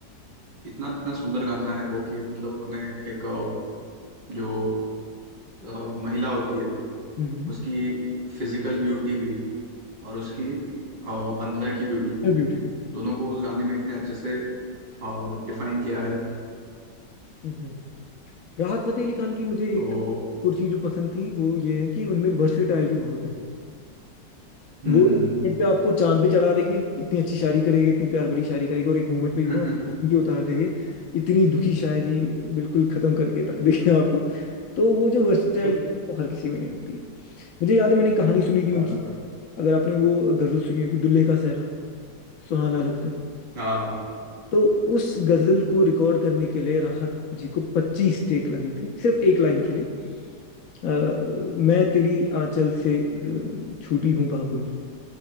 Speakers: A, on the right; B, on the left.
A: इतना इतना सुंदर गाना है वो कि मतलब उन्होंने एक अ, जो अ, महिला होती है
B: हम्म
A: उसकी फिजिकल ब्यूटी भी और उसकी अ, अंदर की ब्यूटी
B: ब्यूटी भी
A: दोनों को उस गाने में इतने अच्छे से डिफाइन किया है
B: हम्म राहत फतेह अली खान की मुझे
A: तो
B: एक और चीज जो पसंद थी वो ये है कि उनमें वर्सेटैलिटी बहुत है
A: हम्म
B: वो एक
A: हम्म
B: moment पे आपको चांद पे चढ़ा देंगे इतनी अच्छी शायरी करेंगे इतनी प्यार भरी शायरी करेंगे और एक मूवमेंट पे यू
A: हम्म
B: नो के उतार देंगे इतनी दुखी शायरी बिल्कुल खत्म करके रख देंगे <laughs> आपको तो वो जो वर्सेटैलिटी
A: <laughs>
B: वो हर किसी में नहीं होती है मुझे याद है मैंने कहानी सुनी थी
A: बराबर
B: उनकी अगर आपने वो गजल सुनी होगी दुल्हे का सहरा सुहाना लगता है
A: हाँ हाँ
B: तो उस गजल को रिकॉर्ड करने के लिए राहत जी को पच्चीस टेक लगे थे सिर्फ एक लाइन के लिए अ, मैं तेरी आंचल से अ, छूटी हूँ बाबुल